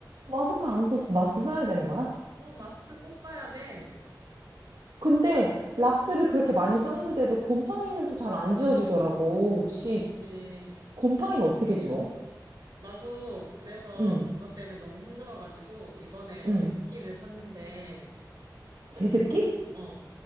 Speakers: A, on the right; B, on the right.
A: 마스크 안 썼어. 마스크 써야 되는 거야?
B: 어, 마스크 꼭 써야 돼.
A: 근데 락스를 그렇게 많이 썼는데도 곰팡이는 또 잘 안 지워지더라고. 혹시
B: 그치.
A: 곰팡이는 어떻게 지워?
B: 나도 그래서
A: 응,
B: 그것 때문에 너무 힘들어가지고 이번에
A: 응.
B: 제습기를 샀는데,
A: 제습기?
B: 어,